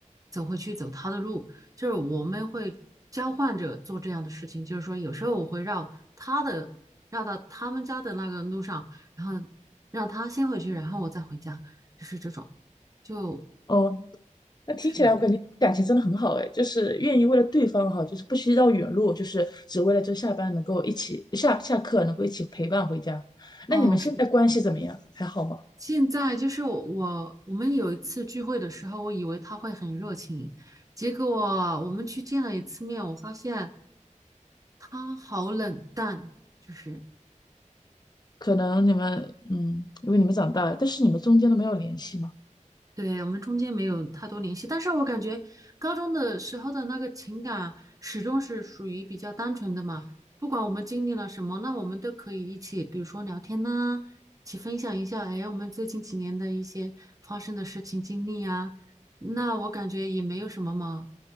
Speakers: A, on the right; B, on the left.
A: 走回去走他的路，就是我们会交换着做这样的事情，就是说有时候我会绕他的，绕到他们家的那个路上，然后让他先回去，然后我再回家，就是这种，就
B: 哦，那听起来我感觉感情真的很好哎，
A: 是，
B: 就是愿意为了对方哈，就是不惜绕远路，就是只为了就下班能够一起下下课能够一起陪伴回家。那你们现在关系怎么样？
A: 哦，是。
B: 还好吗？
A: 现在就是我，我们有一次聚会的时候，我以为他会很热情，结果我们去见了一次面，我发现他好冷淡，就是。
B: 可能你们嗯，因为你们长大了，但是你们中间都没有联系吗？
A: 对，我们中间没有太多联系，但是我感觉高中的时候的那个情感始终是属于比较单纯的嘛，不管我们经历了什么，那我们都可以一起，比如说聊天呐、一起分享一下，哎，我们最近几年的一些发生的事情经历呀、那我感觉也没有什么嘛，